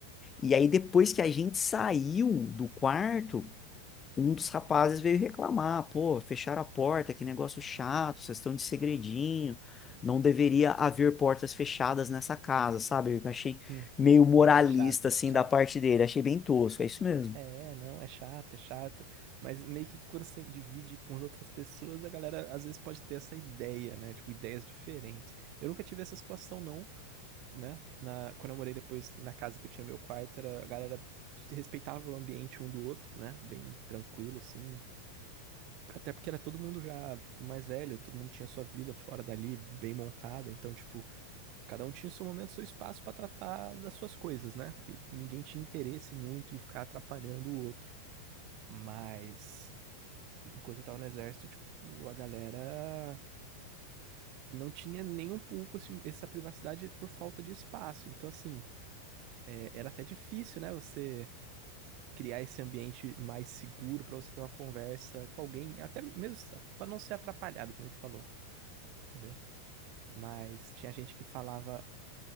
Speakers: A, on the left; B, on the right.
A: E aí depois que a gente saiu do quarto, um dos rapazes veio reclamar, pô, fecharam a porta, que negócio chato, vocês estão de segredinho, não deveria haver portas fechadas nessa casa, sabe? Eu achei
B: uhum.
A: meio moralista,
B: Acho chato, acho
A: assim,
B: chato.
A: da parte dele, achei bem tosco, é isso mesmo.
B: É, não, é chato, é chato. Mas meio que quando você divide com as outras pessoas, a galera às vezes pode ter essa ideia, né? Tipo, ideias diferentes. Eu nunca tive essa situação, não, né? Na, quando eu morei depois na casa que eu tinha meu quarto, era, a galera respeitava o ambiente um do outro, né? Bem tranquilo, assim. Até porque era todo mundo já mais velho, todo mundo tinha sua vida fora dali, bem montada. Então, tipo, cada um tinha o seu momento, o seu espaço pra tratar das suas coisas, né? E ninguém tinha interesse muito em ficar atrapalhando o outro. Mas enquanto eu tava no exército, tipo, a galera não tinha nem um pouco esse- essa privacidade por falta de espaço. Então, assim, é, era até difícil, né? Você criar esse ambiente mais seguro pra você ter uma conversa com alguém, até mesmo pra não ser atrapalhado, que nem tu falou, entendeu? Mas tinha gente que falava.